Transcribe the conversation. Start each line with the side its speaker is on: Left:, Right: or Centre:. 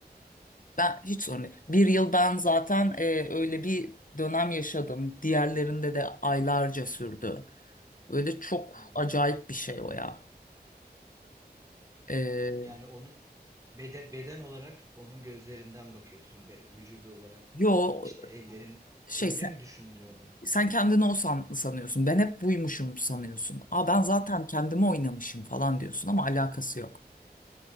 Left: ben hiç sorun değil. Bir yıl ben zaten e, öyle bir dönem yaşadım. Diğerlerinde de aylarca sürdü. Öyle çok
Right: Hı.
Left: acayip bir şey o ya. E,
Right: Yani onu beden, beden olarak onun gözlerinden bakıyorsun. Be- vücudu olarak
Left: yo
Right: işte Evet. ellerin
Left: şey
Right: öyle mi düşünüyordun?
Left: sen kendini o san sanıyorsun. Ben hep buymuşum sanıyorsun. Aa ben zaten
Right: Hmm.
Left: kendimi oynamışım falan diyorsun ama alakası yok.